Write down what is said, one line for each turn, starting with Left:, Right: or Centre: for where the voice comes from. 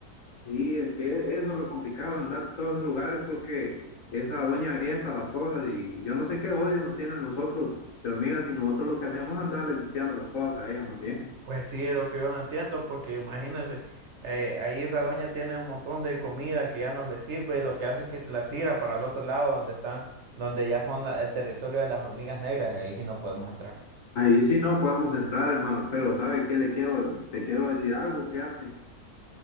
Left: Sí, es que eso es lo complicado, andar en todos los lugares porque esa doña avienta las cosas y yo no sé qué odio nos tienen nosotros de hormigas y nosotros lo que hacemos es andarle limpiando las cosas a ella más bien.
Right: Pues sí, es lo que yo no entiendo, porque imagínense, eh, ahí esa doña tiene un montón de comida que ya no le sirve y lo que hace es que la tira para el otro lado donde están, donde ya son la- el territorio de las hormigas negras y ahí sí no podemos entrar.
Left: Ahí sí no podemos entrar, hermano, pero ¿sabe qué le quiero, te quiero decir algo, fíjate.